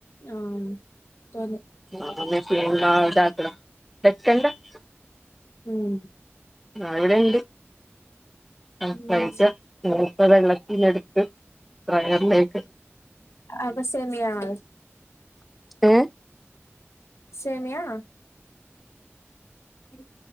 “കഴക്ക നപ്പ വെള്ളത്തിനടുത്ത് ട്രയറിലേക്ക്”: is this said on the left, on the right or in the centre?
Centre